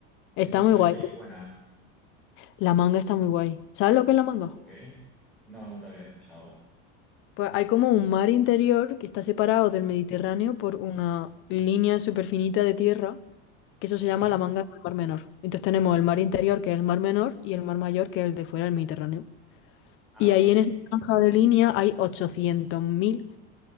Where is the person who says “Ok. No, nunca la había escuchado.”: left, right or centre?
Centre